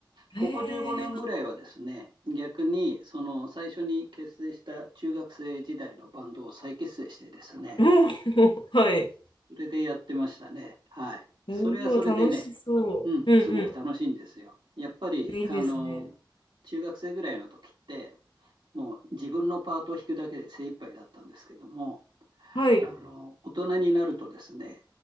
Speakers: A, on the left; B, on the right.
A: ええ。
B: ここ15年ぐらいはですね、逆に、その最初に結成した中学生時代のバンドを再結成してですね、
A: おお、<laughs> はい。
B: それでやってましたね。はい。それはそれでね、
A: おお、楽しそう。
B: うん、
A: うん、
B: すごく楽しいんですよ。
A: う
B: やっぱり、
A: ん。いいですね。
B: あの、中学生ぐらいの時って、もう自分のパートを弾くだけで精一杯だったんですけども、
A: はい、
B: あの大人になるとですね、